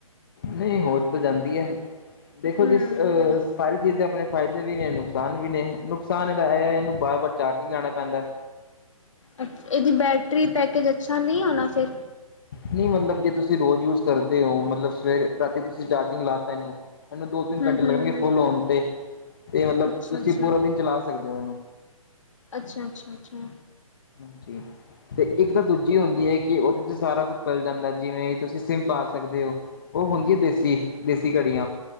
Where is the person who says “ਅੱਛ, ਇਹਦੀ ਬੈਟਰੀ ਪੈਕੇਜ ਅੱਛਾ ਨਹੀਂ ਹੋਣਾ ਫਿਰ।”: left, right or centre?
Left